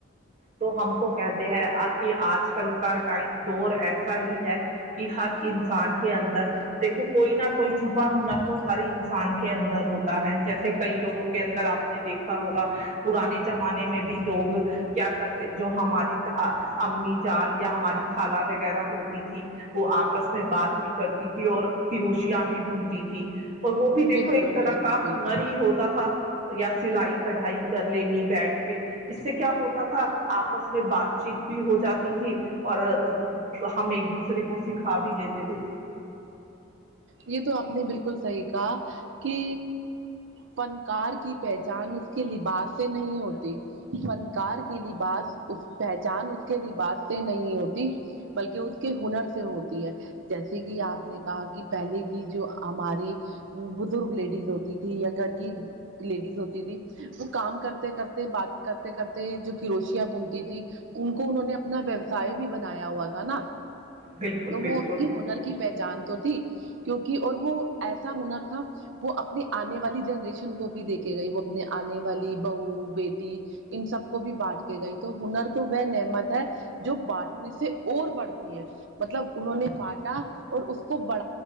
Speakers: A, on the right (about 40°); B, on the right (about 65°).
A: تو ہم تو کہتے ہیں آج کہ آج کل کا ٹائم دور ایسا ہی ہے کہ ہر انسان کے کے اندر دیکھو کوئی نہ کوئی چھپا ہنر تو ہر انسان انسان کے اندر ہوتا ہے جیسے کئی لوگوں کے اندر آپ نے دیکھا ہوگا پرانے زمانے میں بھی لوگ کیا کرتے جو ہمارے امی جان یا ہماری خالہ وغیرہ ہوتی تھی وہ آپس میں بات بھی کرتی تھی اور کر روشیاں بھی ڈھونڈتی تھی اور وہ بھی دیکھو
B: بالکل
A: ایک طرح
B: بالکل
A: کا
B: بالکل
A: ہنر ہی ہوتا تھا یا سلائی کڑھائی کر لینی بیٹھ کے اس سے کیا ہوتا تھا آپس میں بات چیت بھی ہو جاتی تھی اور ہم ایک دوسرے کو سیکھا بھی لیتے تھے
B: یہ تو آپ نے بلکل صحیح کہا کہ فنکار کی پہچان اس کے لباس سے نہیں ہوتی فنکار کی لباس پہچان اس کے لباس سے نہیں ہوتی بلکہ اس کے ہنر سے ہوتی ہے جیسے کہ آپ نے کہا کہ پہلے کی جو ہماری بزرگ لیڈیز ہوتی تھی یا گھر کی لیڈیز ہوتی تھی وہ کام کرتے کرتے بات کرتے کرتے جو کروشیاں بنتی تھی ان کو انہوں نے اپنا ویوسائے بھی بنایا ہوا تھا نا
A: بالکل
B: تو
A: بالکل
B: وہ ان کی ہنر کی پہچان تو تھی کیونکہ اور وہ ایسا ہنر تھا وہ اپنی آنے والی جنریشن کو بھی دیکھے گئی وہ اپنے آنے والی بہو بیٹی ان سب کو بھی بانٹ کے گئی تو ہنر تو وہ نعمت ہے جو بانٹنے سے اور بڑھتی ہے مطلب انہوں نے کااٹا اور اس کو بڑ